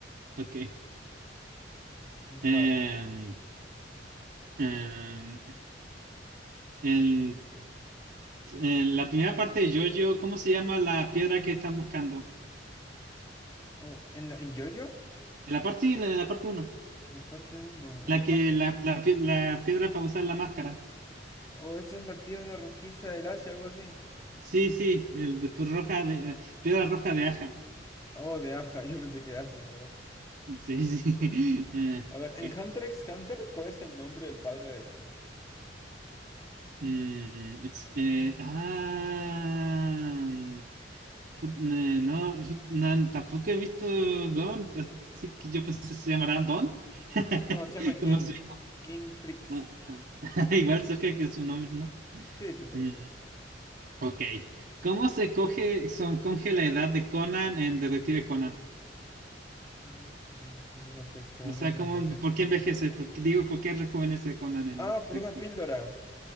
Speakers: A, on the right (about 55°); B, on the left (about 20°).
A: Ok.
B: Va.
A: Em, em, en, en la primera parte de JoJo, ¿cómo se llama la piedra que están buscando?
B: Oh, ¿en la, en JoJo?
A: En la parte, en la, la parte uno,
B: La parte uno, es
A: La
B: la
A: que,
B: más...
A: la, la, pie- la piedra para usar la máscara.
B: Oh, esa es la piedra rojiza del Asia, algo así.
A: Sí, sí, el de tu roja de, piedra roja de aja.
B: Oh, de Aja, <laughs> yo pensé que Asia, my God.
A: Sí, sí. <laughs> Eh,
B: A ver, en
A: ok.
B: Hunter x Hunter, ¿cuál es el nombre del padre de Gon?
A: Mm, it's, eh, ah, mm, fut- eh, no, fut- nan- tampoco he visto Gon, así que yo pensé que se llamará Don, <laughs>
B: No, se llama King.
A: como su hijo.
B: King Freaks.
A: Ah, ah, <laughs> Igual cerca que su nombre, ¿no?
B: Sí, sí, pareció.
A: Mm, ok. ¿Cómo se coge, son, coge la edad de Conan en Detective Conan?
B: ¿Cómo se ve en soledad de Conan
A: O sea,
B: el
A: ¿cómo,
B: detective?
A: por qué envejece?
B: Oh.
A: ¿Por qué- digo, ¿por qué rejuvenece Conan en
B: Ah, por
A: Detective?
B: una píldora.